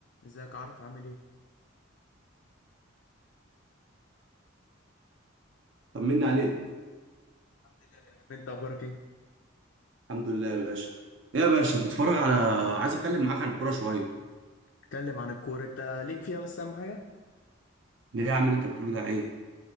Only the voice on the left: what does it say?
ازيك عارف عامل ايه؟
الحمد لله تمام انت اخبارك ايه؟
اتكلم عن الكورة انت ليك فيها بس اهم حاجة؟